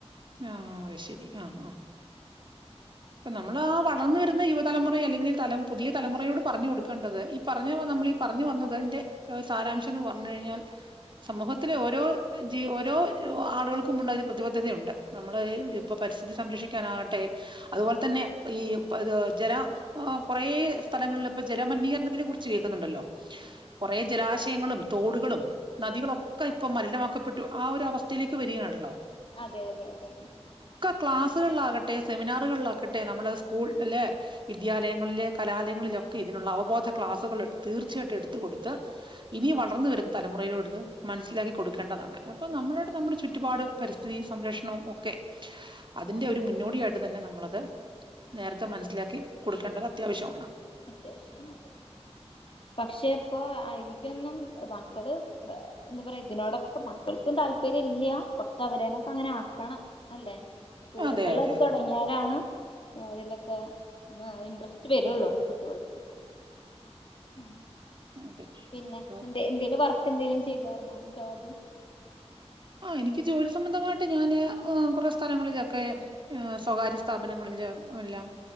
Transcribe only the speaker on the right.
ആ അയ് ശരി ആഹ് ആഹ് ഇപ്പൊ നമ്മൾ ആ വളർന്നു വരുന്ന യുവതലമുറ അല്ലെങ്കിൽ തല പുതിയ തലമുറയോട് പറഞ്ഞു കൊടുക്കേണ്ടത് ഈ പറഞ്ഞ നമ്മൾ ഈ പറഞ്ഞു വന്നതിന്റെ സാരാംശം എന്ന് പറഞ്ഞു കഴിഞ്ഞാൽ സമൂഹത്തിലെ ഓരോ ജി ഓരോ ആളുകൾക്കും ഉണ്ട് അതിൽ പ്രതിബദ്ധതയുണ്ട് നമ്മള്
ഇപ്പൊ പരിസ്ഥിതി സംരക്ഷിക്കും ക്കാനാവട്ടെ അതുപോലെ തന്നെ ഈ ഇത് ജല കുറേ സ്ഥലങ്ങളിൽ ഇപ്പൊ ജലമലിനീകരണത്തിനെ കുറിച്ച് കേൾക്കുന്നുണ്ടല്ലോ കുറേ ജലാശയങ്ങളും തോടുകളും നദികളൊക്കെ ഇപ്പൊ മലിനമാക്കപ്പെട്ടു ആ ഒരു അവസ്ഥയിലേക്ക് വരികയാണല്ലോ
ക്ലാസുകളിലാകട്ടെ സെമിനാർ റുകളിലാകട്ടെ നമ്മുടെ സ്കൂള് ല വിദ്യാലയങ്ങളിലെ കലാലയങ്ങളിലൊക്കെ ഇതിനുള്ള അവബോധ ക്ലാസുകൾ തീർച്ചയായിട്ടും എടുത്ത കൊടുക്ക ത്ത് ഇനി വളർന്ന വരുന്ന തലമുറയിലോടുതു മനസ്സിലാക്കി കൊടുക്കേണ്ടതാണ് അപ്പൊ നമ്മൾടെ നമ്മുടെ ചുറ്റുപാടും പരിസ്ഥിതി സംരക്ഷണവും ഒക്കെ അതിന്റെ ഒരു മുന്നോടിയായിട്ട് തന്നെ നമ്മളത് നേരത്തെ മനസ്സിലാക്കി കൊടുക്കേണ്ടത് അത്യാവശ്യമാണ്
അതെ അതെ അതെ
അതെ
അപ്പൊ
ആ എനിക്ക് ജോലി സംബന്ധമായിട്ട് ഞാന് ആഹ് കുറേ സ്ഥലങ്ങളിലൊക്കെ ഏഹ് സ്വകാര്യ സ്ഥാപനങ്ങളില് എല്ലാം